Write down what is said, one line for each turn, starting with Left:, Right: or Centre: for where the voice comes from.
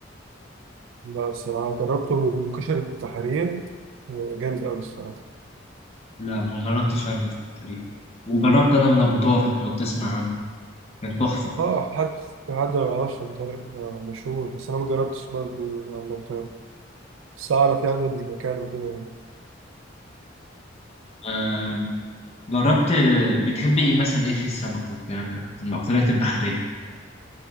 Right: لا الصراحة جربته من كشري التحرير آه، جامد أوي الصراحة
Left: لا ما جربتش عنه تقريبا وجربت انا من ابو طارق لو تسمع عنه كان تحفه
Right: اه حد في حد ما يعرفش أبو طارق ده مشهور بس انا ما جربتش برضه يعني أبو طارق بس اعرف يعني المكان وكده يعني
Left: آه جربت بتحب ايه مثلا ايه في السمك والكلام ده المأكولات البحريه